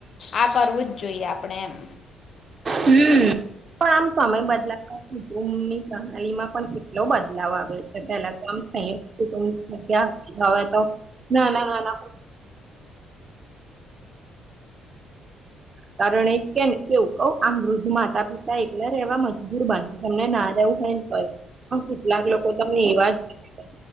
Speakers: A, on the left; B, on the right.
A: આ કરવું જ જોઈએ આપણે એમ
B: હમ પણ આમ સમય બદલાતા કુટુંબ ની પ્રહાલી માં પણ કેટલો બદલાવ આવે ટલે પેલા તોમની જગ્યા હવે તો ના ના ના ના કારણ એ કે કેવું કઉ આમ વૃદ્ધ માતા પિતા એકલા રહેવા મજદૂર બન તમને ના રહેવું હોય ને તો ય હ કેટલાક લોકો તને એવા જોયા